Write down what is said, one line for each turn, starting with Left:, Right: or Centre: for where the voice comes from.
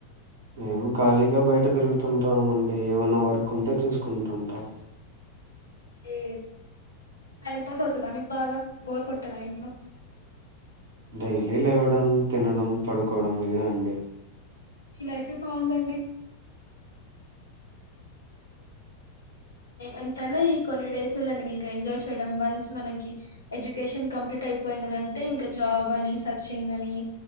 Right: మేము ఖాళీగా బయట తిరుగుతుంటామ అండి ఏమైనా వర్క్ ఉంటే చూసుకుంటుంటాం
Left: ఏ టైం పాస్ అవుతుదా మీకు బాగా బోర్ కొట్టదా ఇంట్లో
Right: డైలీ లేవడం తినడం పడుకోవడం ఇదే అండి
Left: మీ లైఫే బాగుందండి ఎంతనా ఈ కొన్ని డేస్లండి ఇంకా ఎంజాయ్ చేయడం వన్స్ మనకి ఎడ్యుకేషన్ కంప్లీట్ అయిపోయిందినింటే ఇంకా జాబ్ అని సర్చింగ్ అని